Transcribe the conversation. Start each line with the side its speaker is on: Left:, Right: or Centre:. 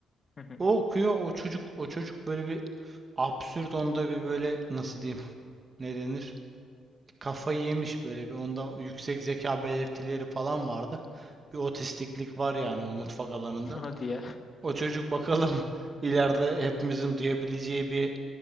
Left: hı hı.
Right: O okuyor, o çocuk o çocuk böyle bir absürt onda bir böyle nasıl diyeyim <laughs> ne denir? Kafayı yemiş böyle bir onda yüksek zeka belirtileri falan vardı. Bir otistiklik var yani o mutfak alanında.
Left: <laughs> Hadi ya.
Right: O çocuk bakalım <laughs> ileride hepimizin duyabileceği bir